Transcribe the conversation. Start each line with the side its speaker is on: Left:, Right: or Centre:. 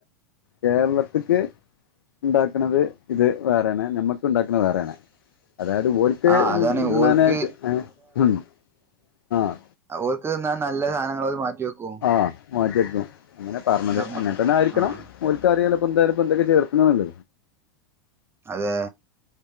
Left: കേരളത്തിക്ക് ഉണ്ടാക്കുന്നത് വേറെയാണ് നമ്മുക്ക് ഉണ്ടാക്കുന്നത് വേറൊണ് അതായത് പോല ഒക്കെ
Right: ആഹ് അതാണ് ഓൽക്ക്
Left: നണാനായിട്ട് ഉം ആഹ്
Right: ഓർക്ക് തിന്നാൻ നല്ല സാധനങ്ങള അവർ മാറ്റി വെക്കും
Left: ആഹ് മാറ്റി വയക്കും അങ്ങനെ പറഞ്ഞത്
Right: നമ്മക്ക്
Left: അങ്ങന തന്നെ ആയിരിക്കണം
Right: ആഹ്
Left: ഓൽക്കും അറിയാലൊ എന്താലും എന്തെക്കെയാ ചേർക്കണല്ലത്
Right: അതെ